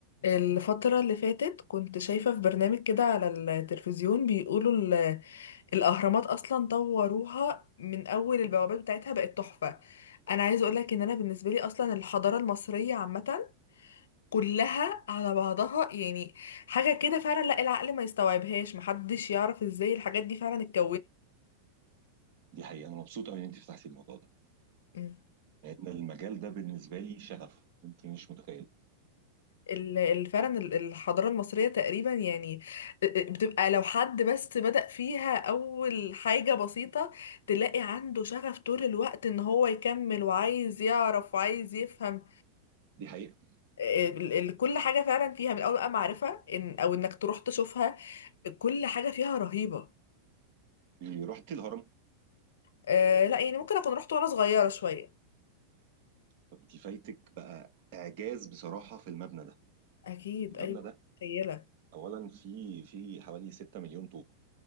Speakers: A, on the left (about 75°); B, on the right (about 60°).
A: الفترة اللي فاتت كنت شايفة في برنامج كده على التلفزيون بيقولوا ال- الأهرامات أصلا طوروها من أول البوابات بتاعتها بقت تحفة أنا عايزة أقولك إن أنا بالنسبة لي أصلا الحضارة المصرية عامة كلها على بعضها يعني حاجة كده فعلا لا العقل ما يستوعبهاش محدش يعرف إزاي الحاجات دي فعلا اتكونت
B: دي حقيقة أنا مبسوط أوي إن أنت فتحتي الموضوع ده
A: يعني
B: لأن المجال ده بالنسبة لي شغف أنت مش متخيلة
A: ال- ال- فعلا ال- الحضارة المصرية تقريبا يعني بتبقى لو حد بس بدأ فيها أول حاجة بسيطة تلاقي عنده شغف طول الوقت إن هو يكمل وعايز يعرف وعايز يفهم
B: دي حقيقة
A: ال- ال- كل حاجة فعلا فيها من أول بقى معرفة إن أو إنك تروح تشوفها كل حاجة فيها رهيبة
B: رحت الهرم
A: آه لا يعني ممكن أكون رحت وأنا صغيرة شوية
B: طب أنت فايتك بقى إعجاز بصراحة في المبنى ده
A: أكيد
B: المبنى
A: أيوة
B: ده
A: متخيلة
B: أولا في في حوالي 6 مليون طوب